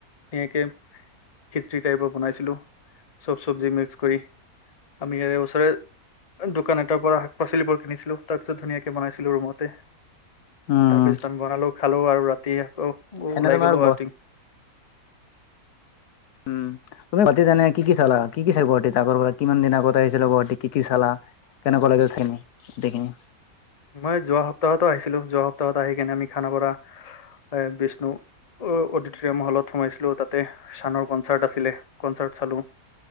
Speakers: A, on the left; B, on the left.
A: একে খিচৰি টাইপৰ বনাইছিলো চব চবজি মিক্স কৰি আমি সে ওচৰে দোকান এটাৰ পৰা শাক পাচলিবোৰ কিনিছিলো তাৰ পিছত ধুনীয়াকে বনাইছিলো ৰুমতে।
B: উম
A: তাৰ পিছত আমি বনালো খালো আৰু ৰাতি আকৌ
B: এনে
A: ওলাই
B: তোমাৰ
A: গলো
B: গ
A: ৰাতি <inaudible>
B: উম তুমি গুৱাহাটীত এনে কি কি চালা কি কি থাকিব দেত আগৰ পৰা কিমান দিন আগত আহিছিলা গুৱাহাটী কি কি চালা কেনেকোৱা লাগিল চাইপিনে গোটেই খিনি
A: মই যোৱা সপ্তাহতো আহিছিলো যোৱা সপ্তাহত আহি কেনে আমি খানাপাৰা এ বিষ্ণু অ অডিটৰিয়াম হলত সোমাইছিলো তাতে চানৰ কনচাৰ্ট আছিলে কনচাৰ্ট চালো